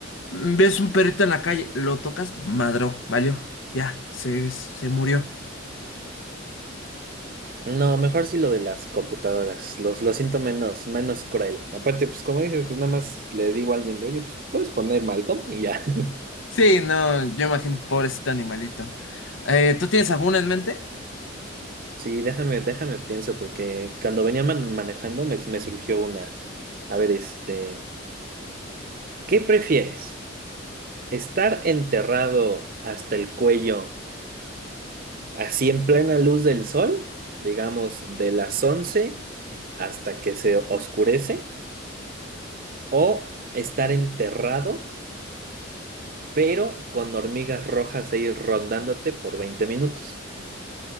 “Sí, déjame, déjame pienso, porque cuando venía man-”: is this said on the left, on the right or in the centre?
Right